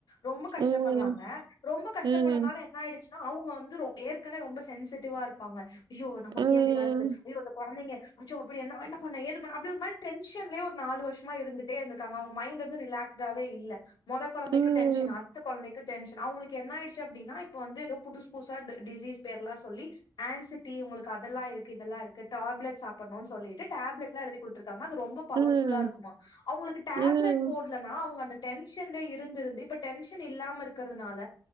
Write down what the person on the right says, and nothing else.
ம்
ம்
ம்
ம்
ம்
ம்